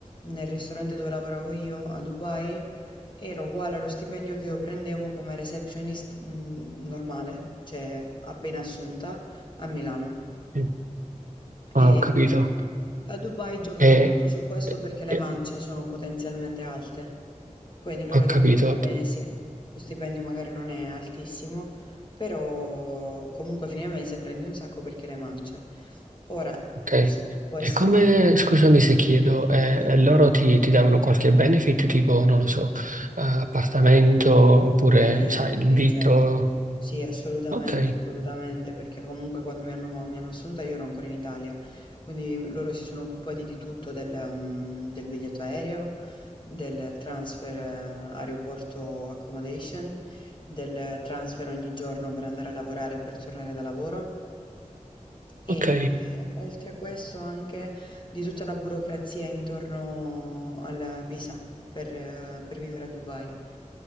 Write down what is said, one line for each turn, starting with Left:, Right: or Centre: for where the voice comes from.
Left: nel ristorante dove lavoravo io a Dubai era uguale allo stipendio che io prendevo come receptionist, mh, normale, cioè appena assunta a Milano.
Right: sì. Ah,
Left: E
Right: ho capito.
Left: a Dubai giocano
Right: E,
Left: molto su questo
Right: e-
Left: perché le
Right: e-
Left: mance sono potenzialmente alte. Quindi loro
Right: ho
Left: dicono,
Right: capito,
Left: va bene, sì, lo stipendio magari non è altissimo, però comunque a fine mese prendi un sacco perché le mangi. Ora,
Right: ok.
Left: sì, può essere
Right: E come,
Left: anche...
Right: scusami se chiedo, eh,
Left: Dimmi.
Right: e loro ti, ti davano qualche benefit, tipo, non lo so, eh, appartamento oppure,
Left: Sì,
Right: sai, il
Left: sì,
Right: vitto?
Left: certo. Sì, assolutamente,
Right: Ok,
Left: assolutamente, perché comunque quando mi hanno, mi hanno assunta io ero ancora in Italia, quindi loro si sono occupati di tutto, del, mm, del biglietto aereo, del transfer eh, aeroporto accommodation, del transfer ogni giorno per andare a lavorare e per tornare da lavoro. E
Right: ok.
Left: eh, oltre questo anche di tutta la burocrazia intorno alla visa per, eh, per vivere a Dubai.